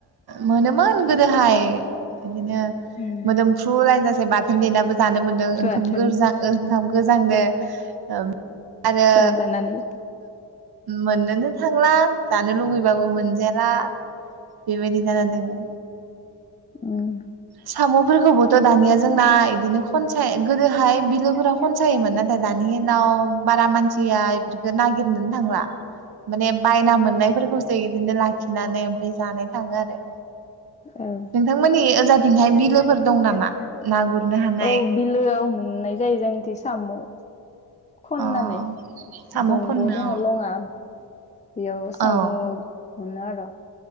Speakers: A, on the right; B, on the left.
A: मोनोमोन गोदोहाय बिदिनो
B: उम
A: मोदोमफ्रुलायजासे बाथोन देनाबो जानो मोन्दों
B: बाथोन
A: ओंखाम गोजां ओंखाम गोजांदो ओम आरो
B: सोमजानानै
A: मोननोनो थांला जानो लुगैबाबो मोनजाला बेबायदि जाना दोङो
B: ओम
A: साम'फोरखौबोथ' दानिया जोंना इदिनो खनसाय गोदोहाय बिलोफोराव खनसायोमोन नाथाय दानि दिनाव बारा मानसिया इफोरखौ नागिरनोनो थांला
B: <unintelligible>
A: माने बायना मोननायफोरखौसो इदिनो लाखिनानै ओमफ्राय जानाय थाङो आरो
B: औ
A: नोंथांमोननि ओजाथिंहाय बिलोफोर दं नामा? ना गुरनो हानाय
B: औ बिलोआव मोननाय जायो जोंनिथिं साम' खननानै
A: अ साम'
B: दंग'
A: खननो
B: दोङो लङा बेयाव साम'
A: अ औ
B: मोनो आर'